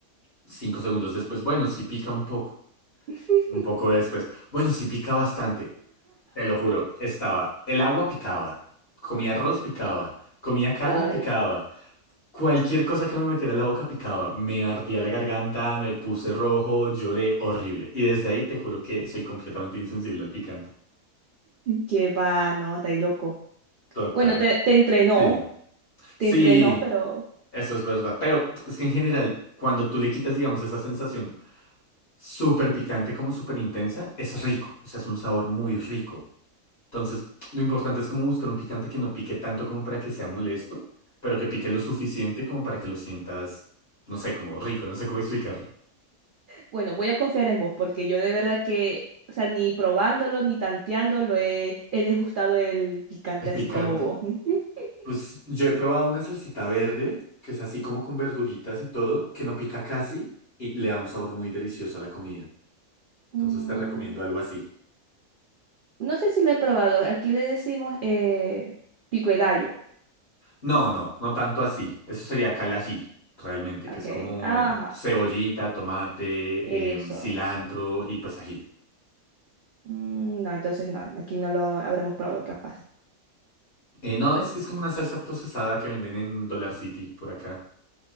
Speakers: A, on the left; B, on the right.
A: Cinco segundos después, bueno, sí pica un poco.
B: <laughs>
A: Un poco después, bueno, sí pica bastante. Te lo juro, estaba, el agua picaba, comía arroz picaba, comía carne
B: <laughs>
A: picaba,
B: <laughs>
A: cualquier cosa que me metiera en la boca picaba, me ardía la garganta, me puse rojo, lloré horrible. Y desde ahí te juro que soy completamente insensible al picante.
B: Que va, no, estáis loco.
A: Total.
B: Bueno, te, te entrenó,
A: Sí, no.
B: te
A: Sí,
B: entrenó, pero
A: eso es verdad. Pero es que en general, cuando tú le quitas, digamos, esa sensación súper picante como súper intensa, es rico. O sea, es un sabor muy rico. Entonces, lo importante es como buscar un picante que no pique tanto como para que sea molesto, pero que pique lo suficiente como para que lo sientas, no sé, como rico, no sé cómo explicarlo.
B: bueno, voy a confiar en vos porque yo de verdad que, o sea, ni probándolo ni tanteándolo he, he degustado el picante
A: El
B: así
A: picante,
B: como vos. <laughs>
A: pues yo he probado una salsita verde, que es así como con verduritas y todo, que no pica casi y le da un sabor muy delicioso a la comida. Entonces
B: Mm,
A: te recomiendo algo así.
B: No sé si lo he probado. Aquí le decimos eh, pico de gallo.
A: No, no, no tanto así. Eso sería calají, realmente,
B: Ok.
A: que es como
B: Ajá.
A: cebollita, tomate,
B: Eso.
A: em, cilantro y pues ají.
B: Mm, no, entonces no. Aquí no lo habremos probado capaz.
A: Eh, no, es, es como una salsa procesada que venden en Dollar City por acá.